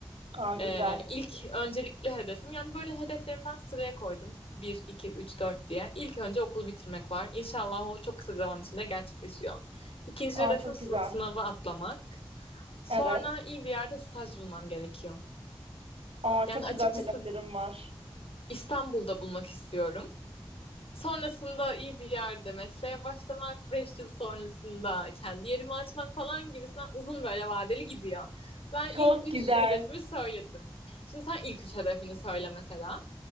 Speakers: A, on the right; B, on the left.
A: Aa güzel.
B: Ee, ilk öncelikli hedefim yani böyle hedeflerimi ben sıraya koydum. bir iki üç 4 diye. İlk önce okul bitirmek var. İnşallah o çok kısa bir zaman içinde gerçekleşiyor. İkinci
A: Aa
B: hedefim
A: çok
B: sı-
A: güzel.
B: sınavı atlamak. Sonra
A: Evet.
B: iyi bir yerde staj bulmam gerekiyor.
A: Aa
B: Yani
A: çok
B: açıkçası
A: güzel hedeflerim var.
B: İstanbul'da bulmak istiyorum. Sonrasında iyi bir yerde mesleğe başlamak, 5 yıl sonrasında kendi yerimi açmak falan gibisinden uzun böyle vadeli gidiyor. Ben
A: Çok
B: ilk 3
A: güzel.
B: hedefimi söyledim. Şimdi sen ilk 3 hedefini söyle mesela.